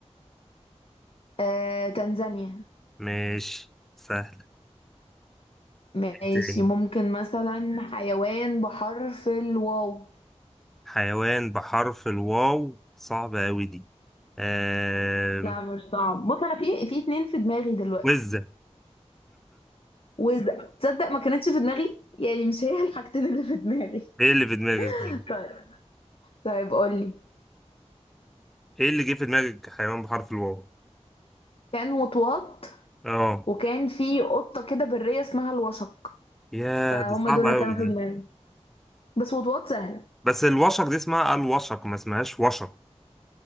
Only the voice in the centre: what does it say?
ماشي سهل
تاني
حيوان بحرف الواو صعبة أوي دي آه...
وزة <laughs>
ايه اللي في دماغك
طيب
ايه اللي جه في دماغك حيوان بحرف الواو
اه
يا
دي صعبة
أوي
دي
بس الوشق دي اسمها الوشق ما اسمهاش وشق